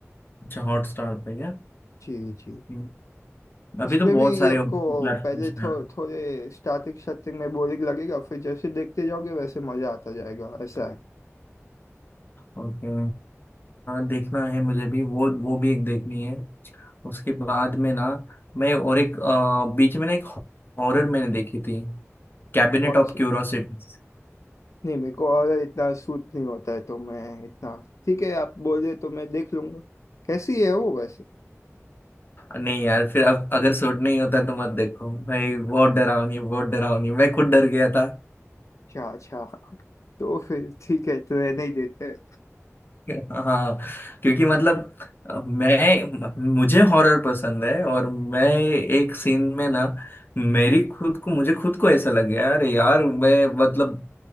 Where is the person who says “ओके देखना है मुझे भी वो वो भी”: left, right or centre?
Left